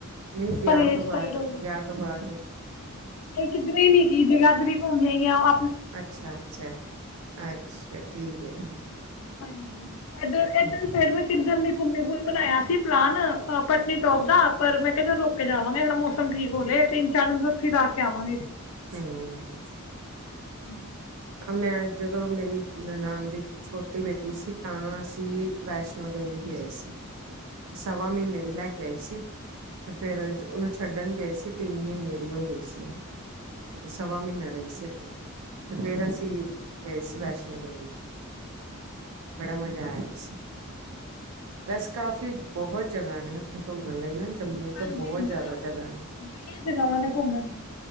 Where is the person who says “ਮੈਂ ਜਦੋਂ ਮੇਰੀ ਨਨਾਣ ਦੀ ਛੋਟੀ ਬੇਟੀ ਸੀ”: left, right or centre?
Right